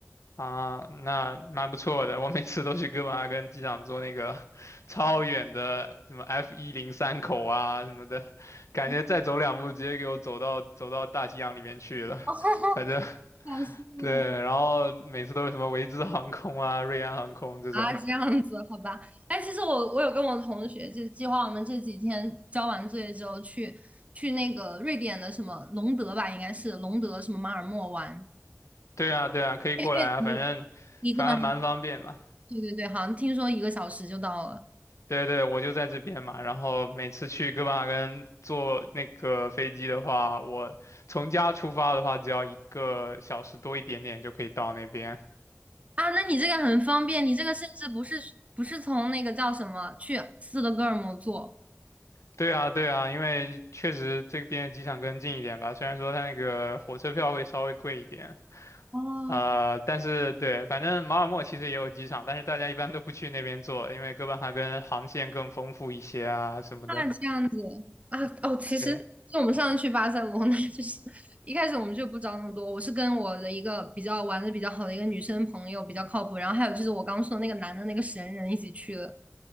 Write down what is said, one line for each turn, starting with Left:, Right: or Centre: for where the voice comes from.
Left: 啊，那蛮不错的。我每次都去哥本哈根机场坐那个 <laughs> 超远的什么 F 一零三口啊什么的，感觉再走两步直接给我走到走到大西洋里面去了。
Right: <laughs> 哦，
Left: 反正
Right: 好羡慕
Left: 对，然后每次都是什么维兹航空啊、瑞安航空这种。
Right: 啊，这样子，好吧。哎，其实我我有跟我同学就计划，我们这几天交完作业之后去去那个瑞典的什么隆德吧，应该是隆德什么马尔默玩。
Left: 对啊，对啊，可以过来啊，
Right: 对你
Left: 反正反正蛮方便嘛。
Right: 你根本对对对，好像听说一个小时就到了。
Left: 对对，我就在这边嘛。然后每次去哥本哈根坐那个飞机的话，我从家出发的话，只要一个小时多一点点就可以到那边。
Right: 啊，那你这个很方便，你这个甚至不是不是从那个叫什么去斯德哥尔摩做
Left: 对啊，对啊，因为确实这边机场更近一点吧，虽然说它那个火车票会稍微贵一点，
Right: 哦，
Left: 呃，但是对，反正马尔默其实也有机场，但是大家一般都不去那边坐，因为哥本哈根航线更丰富一些啊什么的。
Right: 那这样子啊哦，其实就我们上次去巴塞罗那，
Left: 对，
Right: 就是 <laughs> 一开始我们就不找那么多，我是跟我的一个比较玩的比较好的一个女生朋友比较靠谱，然后还有就是我刚说的那个男的那个神人一起去了，